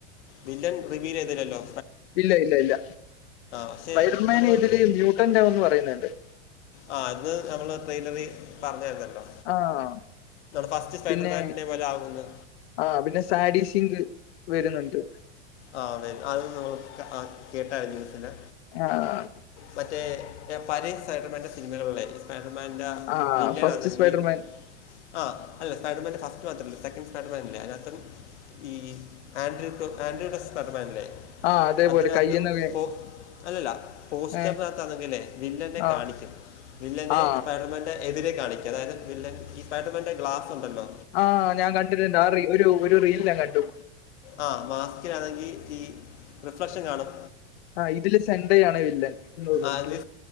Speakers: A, on the left; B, on the left.
A: വില്ലൻ റിവീ ലെയ്തില്ലല്ലോ?
B: ഇല്ല ഇല്ല ഇല്ല
A: പക്ഷേ
B: ഫൈ ഡർമാൻ
A: നമ്മൾ മറ്റേ
B: ഇതിൽ മ്യയൂട്ടന്റന്ന് ആവുന്ന് പറയുന്ന കേട്ട്.
A: ആ അത് നമ്മള് ട്രെയിലറി പറഞ്ഞർനല്ലോ
B: ആഹ്
A: ഫസ്റ്റ് സ്പൈഡർമാനിന്റെ
B: പിന്നെ
A: പോലെ ആകുന്നു.
B: ആ പിന്നെ സാഡി സിങ്ക് വെ രുന്നുണ്ട്.
A: ആ അതെ അതന്ന് നമ്മൾ കേട്ട അയലൂ സി ന്
B: ആഹ്
A: മറ്റേ പരക്സൈട്ടർമൻ്റെ സിനിമകള ഫൈഡർ മാന്റെ
B: ആ
A: ബില്ലണത
B: ഫസ്റ്റ് സ്പൈഡർമാൻ
A: വി ആഹ് അല്ല സ്പൈഡർമാൻ ഫസ്റ്റ് മാത്രമല്ല സെക്കൻ് സ്പൈഡർ മാനില്ലേ അതിനകത്തും ഈ ആൻഡ്രി ടുആൻഡ്രി യുടെ സ്സ് പേടർമാനില്ലേ
B: ആ അതേപോലെ
A: അതിനർത്തം
B: കയ്യിന്നൊക്കെ
A: പോ അല്ലല്ല പോസ്റ്റർ
B: ഏ
A: ന കത്താണങ്കില് വ ല്ലനെ
B: ആ
A: കാണിക്കും വില്ലനസ്‌പൈഡർ
B: ആ
A: പന്റെ എതിരെ കാണിക് അതായത് വില്ലൻ ഈപൈഡർമെന്റെ ഗ്ലാസ്ണ്ടല്ലോ
B: ആഹ് ഞാൻ കണ്ടിണ്ട് നാറി ഒരു ഒരു റീൽനെ കണ്ടു
A: ആ മാസ്കിയാണെങ്കിഈ റിഫ്ലക്ഷൻ കാണും
B: ആ ഇതില് സെണ്ടയാണ് വില്ലൻ എന്ന് തോന്നുന്നുണ്ടല്ലേ
A: ആത്